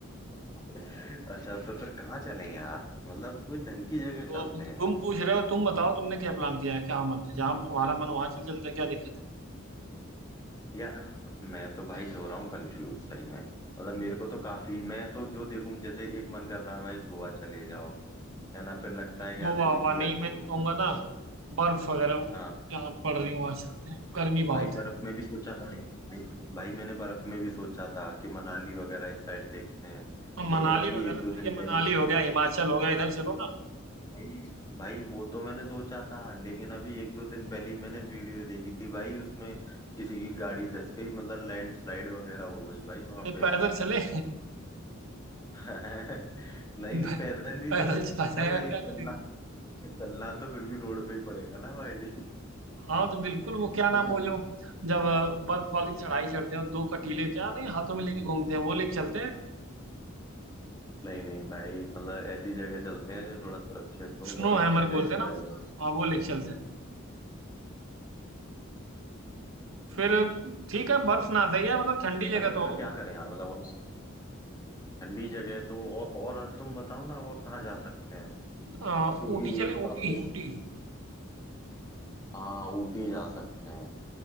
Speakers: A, on the left; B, on the right.
A: <laughs> अच्छा तो फिर कहाँ चलें यार मतलब कुछ ढंग की जगह
B: तो
A: चलते
B: अब
A: हैं
B: तुम पूछ रहे हो तुम बताओ तुमने क्या प्लान किया है क्या मन है जहाँ तुम्हारा मन वहां चल चलते हैं क्या दिक्कत है
A: यार मैं तो भाई हो रहा हूँ कंफ्यूज सही में मतलब मेरे को तो काफी मैं तो जो देखूं जैसे एक मन कर रहा है भाई गोवा चले जाओ है ना फिर लगता
B: भाई
A: है कि यार
B: गोवा
A: थोड़ी
B: हुआ
A: सी गर्मी
B: नहीं मैं
A: होगी
B: तो कहूंगा ना बर्फ वगैरह
A: हाँ,
B: जहाँ पड़ रही है वहां चलते हैं गर्मी
A: भाई
B: बहुत
A: बर्फ
B: है
A: में भी सोचा मैंने भाई भाई मैंने बर्फ में भी सोचा था कि मनाली वगैरह इस साइड देखते हैं
B: अब
A: लेकिन
B: मनाली
A: अभी
B: वगैरह
A: एक दो
B: सही
A: दिन
B: है
A: पहले
B: मनाली
A: ही-
B: हो गया हिमाचल हो गया इधर चलो ना
A: भाई भाई वो तो मैंने सोचा था लेकिन अभी एक दो दिन पहले ही मैंने वीडियो देखी थी भाई उसमें किसी की गाड़ी धस गई मतलब लैंडस्लाइड वगैरह हो गई भाई वहां
B: अरे
A: पे
B: पैदल चले
A: <laughs> नहीं
B: <laughs>
A: नहीं पैदल भी
B: पैदल
A: तो खतरा
B: चला जाएगा
A: है भाई
B: क्या
A: चलना
B: करेंगे
A: चलना <laughs> तो फिर भी रोड पे ही पड़ेगा ना भाई
B: हाँ तो बिल्कुल
A: <laughs>
B: वो क्या नाम
A: तो
B: वो जो जब अ, बर्फ वाली चढ़ाई चढ़ते हैं दो कटीले क्या नहीं हाथों
A: ये-
B: में लेके घूमते हैं वो लेके चलते हैं
A: नहीं नहीं भाई मतलब ऐसी जगह चलते हैं जो थोड़ा सुरक्षित हो
B: स्नो
A: और
B: हैमर
A: अच्छे से
B: बोलते
A: एंजॉय
B: हैं ना उसको
A: करें
B: हाँ वो लेके चलते हैं फिर ठीक है बर्फ ना सही है मतलब ठंडी
A: अच्छा
B: जगह
A: तो
B: तो
A: फिर
B: हो
A: क्या करें यार मतलब और कहाँ ठंडी जगह है तो और, और तुम बताओ ना और कहाँ जा सकते हैं
B: अ,
A: क्योंकि
B: ऊटी चले
A: वापस
B: ऊटी ऊटी
A: हाँ ऊटी जा सकते हैं